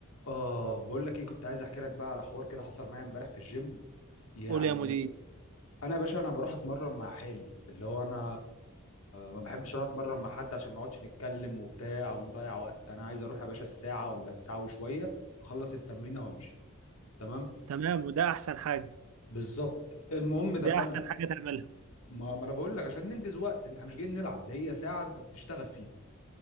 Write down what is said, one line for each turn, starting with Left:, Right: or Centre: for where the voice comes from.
Left: اه بقول لك ايه كنت عايز احكي لك بقى على حوار كده حصل معايا امبارح في الجيم يعني
Right: قول يا مدير
Left: انا يا باشا انا بروح اتمرن مع حالي اللي هو انا ما بحبش اروح اتمرن مع حد عشان ما اقعدش نتكلم وبتاع ونضيع وقت انا عايز اروح يا باشا الساعه ولا الساعه وشويه اخلص التمرين وامشي تمام
Right: تمام وده احسن حاجه
Left: بالظبط المهم دخلت
Right: ده احسن حاجه تعملها
Left: ما, ما انا بقول لك عشان ننجز وقت احنا مش جايين نلعب هي ساعه انت بتشتغل فيها